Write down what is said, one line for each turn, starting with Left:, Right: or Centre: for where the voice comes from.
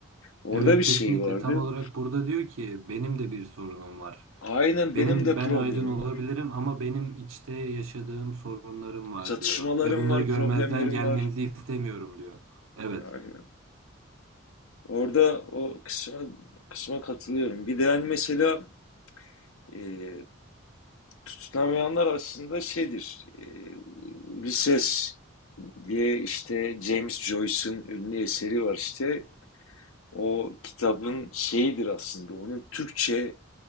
Left: Orada
Right: Evet
Left: bir
Right: kesinlikle
Left: şey vardı.
Right: tam olarak burada diyor ki benim de bir sorunum var.
Left: Aynen
Right: Benim
Left: benim de
Right: ben
Left: problemim
Right: aydın olabilirim
Left: var.
Right: ama benim içte yaşadığım sorunlarım var
Left: Çatışmalarım
Right: diyor ve bunları
Left: var,
Right: görmezden
Left: problemlerim
Right: gelmenizi
Left: var.
Right: istemiyorum diyor. Evet.
Left: Aynen. Orada o kısma, kısma katılıyorum. Bir de yani mesela e, tutunamayanlar aslında şeydir. E, bir ses diye işte James Joyce'ın ünlü eseri var işte. O kitabın şeyidir aslında, onun Türkçe